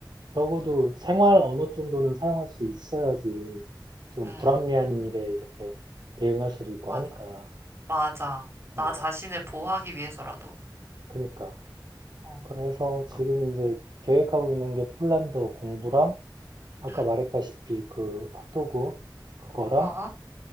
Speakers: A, on the right (about 65°); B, on the right (about 30°).
A: 적어도 생활 언어 정도는 사용할 수 있어야지 좀
B: 음.
A: 불합리한 일에 이렇게 대응할 수도 있고
B: 맞아.
A: 하니까.
B: 맞아.
A: 어,
B: 나 자신을 보호하기 위해서라도.
A: 그니까.
B: 어,
A: 그래서 지금
B: 그-
A: 이제 계획하고 있는 게 폴란드 공부랑 아까
B: 응,
A: 말했다시피 그 핫도그 그거랑
B: 어,